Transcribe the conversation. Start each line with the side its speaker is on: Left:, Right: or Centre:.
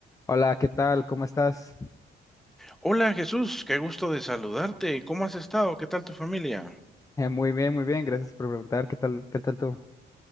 Left: Hola, ¿qué tal? ¿Cómo estás?
Centre: Hola Jesús, qué gusto de saludarte. ¿Cómo has estado? ¿Qué tal tu familia?
Left: Eh, muy bien, muy bien. Gracias por preguntar. ¿Qué tal? ¿Qué tal tú?